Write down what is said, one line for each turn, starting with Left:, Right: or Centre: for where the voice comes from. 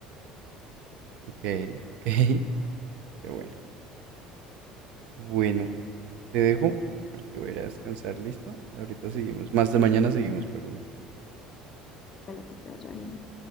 Right: Ok, <laughs> ok, pero bueno. Bueno, te dejo porque voy a ir a descansar, ¿listo? Ahorita seguimos, más de mañana seguimos, perdón.
Left: Vale, que te vaya bien.